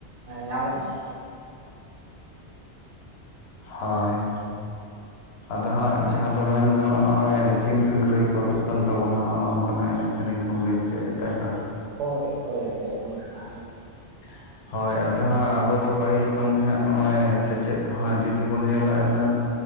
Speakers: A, on the right; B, on the left.
A: ᱧᱟᱢᱚᱜ ᱢᱟ।
B: ᱦᱳᱭ ᱟᱫᱚ ᱦᱟᱸᱜ ᱡᱟᱦᱟᱸ ᱫᱚ ᱢᱮᱱ ᱜᱟᱱᱚᱜᱼᱟ ᱦᱚᱸᱜᱼᱚᱭ ᱥᱤᱧ ᱥᱤᱝᱨᱤ ᱠᱚ ᱦᱩᱭᱩᱜ ᱠᱟᱱ ᱛᱟᱵᱚᱱᱟ᱾ ᱦᱚᱸᱜᱼᱚ ᱱᱚᱝᱠᱟᱱᱟᱜ ᱮᱱᱮᱡ ᱥᱮᱨᱮᱧ ᱠᱚ ᱞᱟᱹᱭ ᱼᱼ ᱪᱮᱫ ᱛᱟᱭ ᱛᱚ
A: ᱦᱳᱭ ᱦᱳᱭ ᱦᱳᱭ ᱚᱱᱠᱟᱱᱟᱜ।
B: <inaudible> ᱦᱳᱭ ᱟᱫᱚ ᱦᱟᱸᱜ ᱟᱵᱚ ᱫᱚ ᱯᱟᱹᱦᱤᱞ ᱠᱷᱚᱱᱜ ᱦᱟᱸᱜ ᱱᱚᱜᱼᱚᱭ ᱥᱮᱪᱮᱫ ᱦᱟᱸᱜ ᱡᱩᱫᱤ ᱵᱚᱱ ᱧᱮᱞᱟ। ᱤᱱᱟᱹᱜ ᱼᱼ